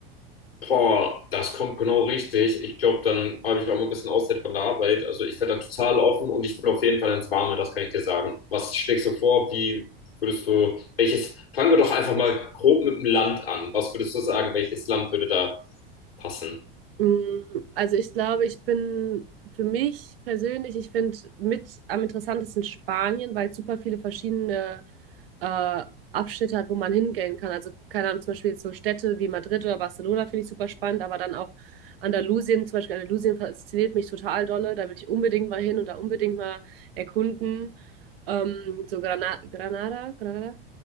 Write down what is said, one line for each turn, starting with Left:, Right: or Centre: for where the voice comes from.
Left: Boah, das kommt genau richtig. Ich glaube, dann habe ich auch mal ein bisschen Auszeit von der Arbeit. Also ich werde da total offen und ich will auf jeden Fall ins Warme, das kann ich dir sagen. Was schlägst du vor? Wie würdest du, welches, fangen wir doch einfach mal grob mit dem Land an. Was würdest du sagen, welches Land würde da passen?
Right: Mm, Also ich glaube, ich bin für mich persönlich, ich finde mit am interessantesten Spanien, weil es super viele verschiedene äh, Abschnitte hat, wo man hingehen kann. Also keine Ahnung, zum Beispiel jetzt so Städte wie Madrid oder Barcelona finde ich super spannend, aber dann auch Andalusien, zum Beispiel Andalusien fasziniert mich total dolle. Da will ich unbedingt mal hin und da unbedingt mal erkunden. Ähm, so Grana Granada, Granada,